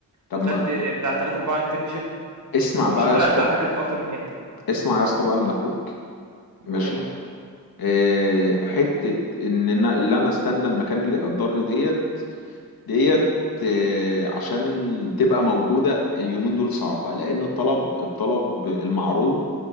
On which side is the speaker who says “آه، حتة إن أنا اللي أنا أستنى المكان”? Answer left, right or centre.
Left